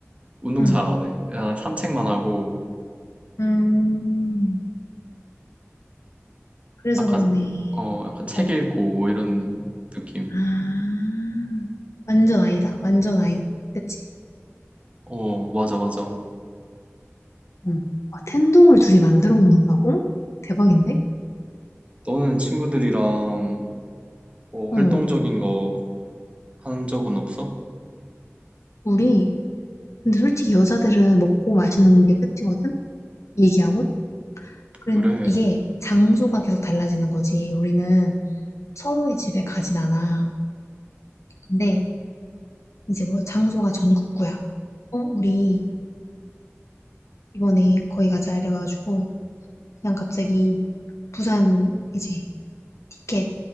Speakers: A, on the right (about 25°); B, on the left (about 75°).
A: 운동
B: 응.
A: 잘 안 해. 그냥 산책만 하고
B: 음, 그래서
A: 약간
B: 그러네.
A: 어, 약간 책
B: 어.
A: 읽고 뭐 이런 느낌.
B: 아, 완전 아이다, 완전 아이. 그치?
A: 어, 맞아, 맞아.
B: 응. 아, 텐동을 둘이 만들어 먹는다고? 대박인데?
A: 너는 친구들이랑 뭐
B: 어.
A: 활동적인 거 한 적은 없어?
B: 우리 근데 솔직히 여자들은 먹고 마시는 게 끝이거든? 얘기하고? 그래,
A: 그래.
B: 이게 장소가 계속 달라지는 거지. 우리는 서로의 집에 가진 않아. 근데 이제 뭐 장소가 전국구야. 어, 우리 이번에 거기 가자 이래가지고 그냥 갑자기 부산 이제 티켓